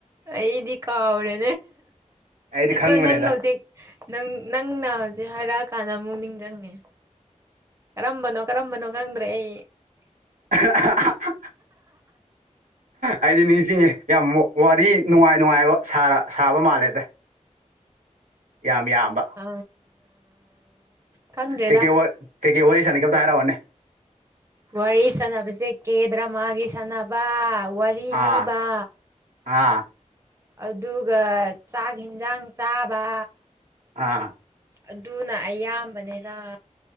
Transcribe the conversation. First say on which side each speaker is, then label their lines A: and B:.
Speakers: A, on the right; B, on the right.
A: ꯑꯩꯗꯤ ꯀꯥꯎꯔꯦ
B: ꯑꯩꯗꯤ
A: ꯑꯗꯣ
B: ꯈꯪꯕꯅꯦꯗ
A: ꯅꯪ ꯍꯧꯖꯤꯛ ꯅꯪꯅ ꯁꯤ ꯍꯥꯏꯔꯛꯑꯀꯥꯟꯗ ꯑꯃꯨꯛ ꯅꯤꯡꯁꯤꯡꯉꯦ ꯀꯔꯝꯕꯅꯣ ꯀꯔꯝꯕꯅꯣ ꯈꯪꯗ꯭ꯔꯦ ꯑꯩ
B: <unintelligible> ꯑꯩꯗꯤ ꯅꯤꯡꯁꯤꯡꯉꯦ ꯌꯥꯝ ꯋꯥꯔꯤ ꯅꯨꯡꯉꯥꯏ ꯅꯨꯡꯉꯥꯏꯕ ꯁꯔꯥ ꯁꯥꯕ ꯃꯥꯜꯂꯦꯗ ꯌꯥꯝ ꯌꯥꯝꯕ
A: ꯑ ꯈꯪꯗ꯭ꯔꯦꯗ
B: ꯀꯩ ꯀꯩ ꯋꯠ ꯀꯩꯀꯩ ꯋꯥꯔꯤ ꯁꯥꯟꯅꯒꯦ ꯑꯝꯇ ꯍꯥꯏꯔꯛꯎꯅꯦ
A: ꯋꯥꯔꯤ ꯁꯥꯟꯅꯕꯁꯦ ꯀꯦꯗ꯭ꯔꯃꯥꯒꯤ ꯁꯥꯟꯅꯕ ꯋꯥꯔꯤ
B: ꯑꯥ
A: ꯂꯤꯕ
B: ꯑꯥ
A: ꯑꯗꯨꯒ ꯆꯥꯛ ꯍꯤꯟꯖꯥꯡ ꯆꯥꯕ
B: ꯑꯥ
A: ꯑꯗꯨꯅ ꯑꯌꯥꯝꯕꯅꯦꯗ